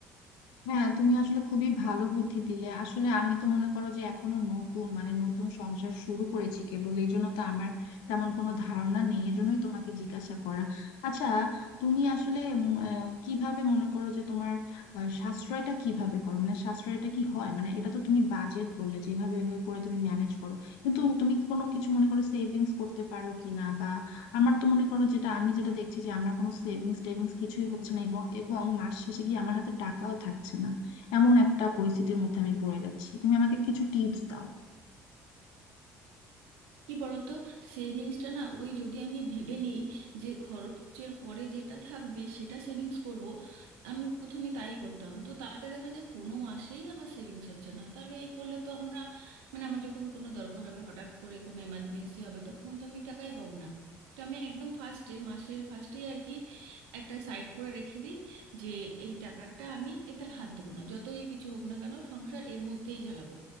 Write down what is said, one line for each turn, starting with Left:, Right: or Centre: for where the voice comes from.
Left: হ্যাঁ তুমি আসলে খুবই ভালো বুদ্ধি দিলে আসলে আমি তো মনে করো যে এখনো নতুন মানে নতুন সংসার শুরু করেছি কেবল এই জন্য তো আমার তেমন কোনো ধারণা নেই এজন্যই তোমাকে জিজ্ঞাসা করা আচ্ছা তুমি আসলে উম, আহ, কিভাবে মনে করো যে তোমার আহ, সাশ্রয়টা কিভাবে করো মানে সাশ্রয়টা কি হয় মানে এটা তো তুমি বাজেট বললে যে এইভাবে এভাবে করে তুমি ম্যানেজ করো কিন্তু তুমি কি কোনো কিছু মনে করো সেভিংস করতে পারো কিনা আমার তো মনে করো যেটা আমি যেটা দেখছি যে আমার কোনো সেভিংস টেভিংস কিছুই হচ্ছে না এবং এবং মাস শেষে গিয়ে আমার হাতে টাকাও থাকছে না এমন একটা পরিস্থিতির মধ্যে আমি পড়ে যাচ্ছি তুমি আমাকে কিছু টিপস দাও
Right: কি বলতো সেভিংসটা না ওই যদি আমি ভেবে নিই যে খরচের পরে যেটা থাকবে সেটা সেভিংস করব আমি প্রথমে তাই করতাম তো তাতে দেখা যায় কোনো মাসেই আমার সেভিংস হচ্ছে না তাহলে এই করলে তো আমরা মানে আমার যখন কোনো দরকার হবে হঠাৎ করে কোনো এমার্জেন্সি হবে তখন তো আমি টাকাই পাবো না তো আমি একদম ফার্স্টে মাসের ফার্স্টেই আর কি একটা সাইড করে রেখে দিই যে এই টাকাটা আমি এতে হাত দেবো না যতই কিছু হোক না কেন সংসার এর মধ্যেই চালাবো